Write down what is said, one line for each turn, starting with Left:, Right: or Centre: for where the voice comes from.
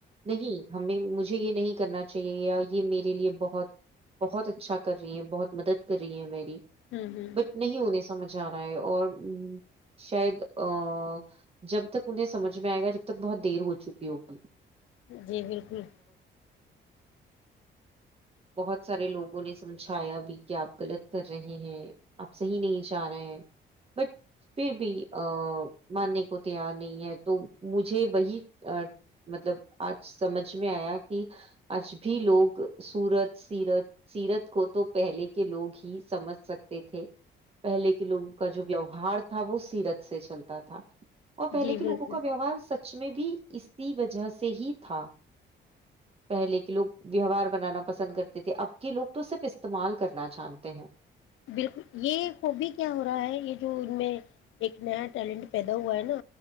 Right: نہیں ہمیں مجھے یہ نہیں کرنا چاہیے یہ میرے لیے بہت بہت اچھا کر رہی ہیں بہت مدد کر رہی ہے میری
Left: ہوں ہوں
Right: بٹ نہیں ہونے سمجھ جا رہا ہے اور ہ شاید ا جب تک انہیں سمجھ میں آئے گا جب تک بہت دیر ہو چکی ہے ہو پ
Left: جی بالکل
Right: بہت سارے لوگوں نے سمجھایا بھی کہ آپ غلط کر رہے ہیں آپ صحیح نہیں چاہ رہے ہیں بٹ پھر بھی ماننے کو تیار نہیں ہے تو مجھے وہی مطلب آج سمجھ میں آیا کہ آج بھی لوگ سورت سیرت سیرت کو تو پہلے کے لوگ ہی سمجھ سکتے تھے پہلے کے لوگوں کا جو ویوہار تھا وہ سیرت سے چلتا تھا اور پہلے
Left: جی بالکل
Right: کے لگوں کا ویوار سچ میں بھی اسی وجہ سے ہی تھا پہلے کے لوگ ویوار بنانا پسند کرتے تھے اب کے لوگ تو صرف استعمال کرنا چاہتے ہیں
Left: بالکل یہ ہبی کیا ہو رہا ہے یہ جو ان میں ایک نیا ٹیلنٹ پیدا ہوا ہے نا